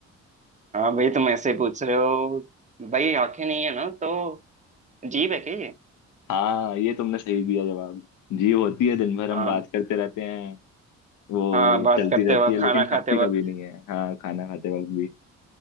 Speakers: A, on the right (about 25°); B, on the left (about 80°).
A: हाँ भाई तुम ऐसे पूछ रहे हो भाई आंखें नहीं है ना तो जीभ है क्या ये
B: हाँ ये तुमने सही दिया जवाब जीव होती है दिन भर हम
A: हाँ
B: बात करते रहते हैं वो
A: हाँ बात
B: चलती
A: करते
B: रहती
A: वक्त
B: है लेकिन
A: खाना खाते
B: थकती
A: वक्त
B: कभी नहीं है हाँ खाना खाते वक्त भी